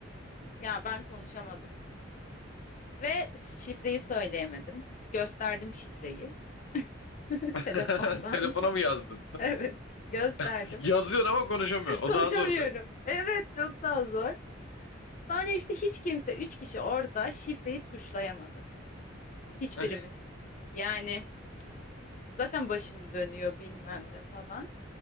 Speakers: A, on the left; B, on the left.
A: Ya ben konuşamadım ve şifreyi söyleyemedim. Gösterdim şifreyi <laughs>
B: <laughs>
A: telefondan.
B: Telefona
A: <laughs>
B: mı yazdın?
A: Evet, gösterdim.
B: <laughs> Yazıyorsun ama konuşamıyorsun.
A: <laughs>
B: O
A: Konuşamıyorum.
B: daha zor be.
A: Evet, çok daha zor. Sonra işte hiç kimse, üç kişi orada şifreyi tuşlayamadı. Hiçbirimiz.
B: <laughs>
A: Yani zaten başım dönüyor bilmem ne falan.